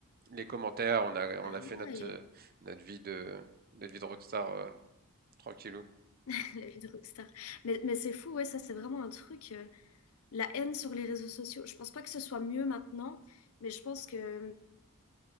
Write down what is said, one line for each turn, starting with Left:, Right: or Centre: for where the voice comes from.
Right: les commentaires. On a, on
Left: Ah
Right: a fait notre,
Left: ouais,
Right: euh, notre vie de, notre vie de rockstar euh, tranquillou.
Left: <laughs> la vie de rockstar. Mais, mais c'est fou, ouais, ça c'est vraiment un truc. euh, La haine sur les réseaux sociaux, je pense pas que ce soit mieux maintenant, mais je pense que